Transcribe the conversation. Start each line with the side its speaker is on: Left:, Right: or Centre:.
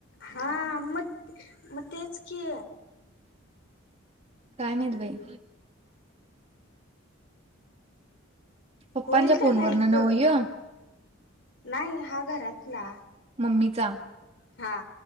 Left: हा आ मत म तेच कि
Right: काय माहित बाई. पप्पांच्या
Left: होईल का
Right: फोनवरन
Left: नाइ गं?
Right: नव्ह ह्यो
Left: नाइ हा घरातला
Right: मम्मीचा.
Left: हा